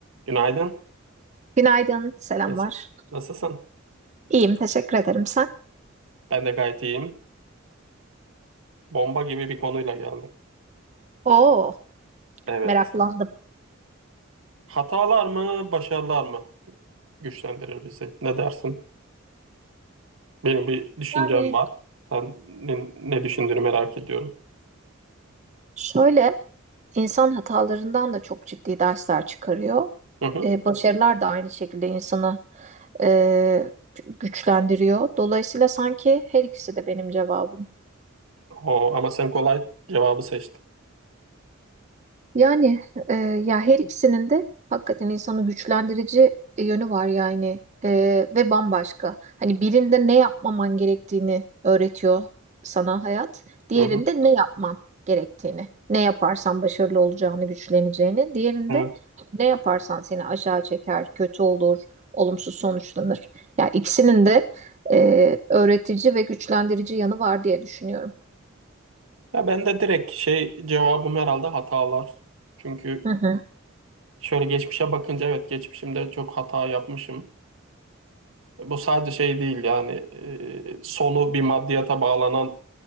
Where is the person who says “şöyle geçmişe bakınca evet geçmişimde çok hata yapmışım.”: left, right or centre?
Right